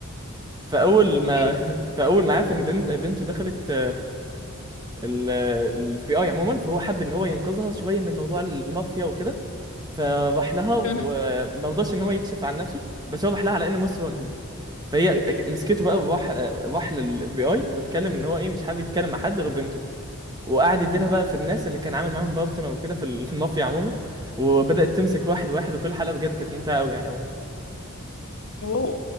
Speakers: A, on the right (about 20°); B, on the left (about 70°).
A: فاول ما
B: اوكي
A: <laughs> فاول ما عرف ان بنت بنته دخلت الاف بي اي عموما فهو حب ان هو ينقذها شويه من موضوع المافيا وكده فراح لها
B: <laughs>
A: وما رضاش ان هو يكشف عن نفسه بس هو راح لها على انه موست وانتد فهي ك- مسكته بقى وراح راح للاف بي اي واتكلم ان هو ايه مش حابب يتكلم مع حد غير بنته وقعد يديلها بقى في الناس اللي كان عامل معاهم بارتنر وكده في المافيا عموما وبدأت تمسك واحد واحد وكل حلقه بجد كانت ممتعه قوي يعني عموما
B: اوه